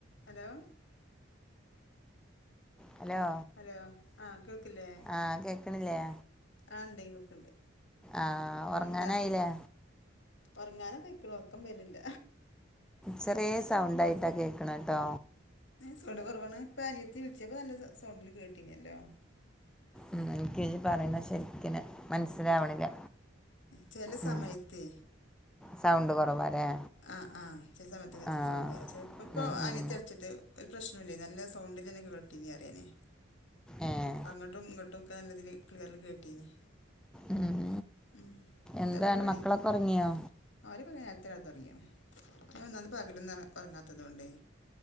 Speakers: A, on the left; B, in the centre.
A: ഹലോ.
B: ഹലോ.
A: ഹലോ ആ കേൾക്കില്ലേ
B: ആഹ് കേക്കണില്ലേ?
A: ആ ഇണ്ടയ്നു ഒക്കെണ്ട്.
B: ആഹ് ഉറങ്ങാനായില്ലേ
A: എന്താ ഒറങ്ങാണെപൊയ്ക്കോളും ഉറക്കം വരില്ല
B: ചെറിയ സൗണ്ടായിട്ടാ കേക്കണട്ടോ
A: സൗണ്ട് കുറവാണ് പാനെത്തി വിളിച്ചപ്പ നല്ല സൗണ്ടില് കേട്ടിനല്ലോ
B: ഉം എനിക്ക്േജി പറയുന്ന ശെരിക്കന് മനസ്സിലാവണില്ല
A: ചില സമയത്ത്
B: ഉം സൗണ്ട് കുറവാല്ലേ
A: ആ ആ ചില സമയത്ത്
B: ആഹ്
A: സൗണ്ട് കുറവചില ഇപ്പോൾ ഇപ്പോൾ
B: ഉം
A: അനിയത്തി
B: ഉം
A: വിളിച്ചിട്ട് ഒരു പ്രശ്നുംല്ലേ നി നല്ല സൗണ്ടിൽ തന്നെ കേട്ടിനി അറിയാനേ
B: ആഹ
A: അങ്ങോട്ടും ഇങ്ങോട്ടും ഒക്കെ നല്ലതില് ക്ളിയറിൽ കേട്ടീനി
B: ഉം
A: ഉ എന്താ
B: എന്താണ്
A: പരിപാടി
B: മക്കളൊക്കെ
A: ആ
B: ഉറങ്ങിയോ
A: അവരൊക്കെ നേരത്തെ കിലത്തെ ഉറങ്ങീണ് ഞാൻ ഒനാമത്പകലൊന്നും ഉറങ്ങാത്തതുകൊണ്ടേ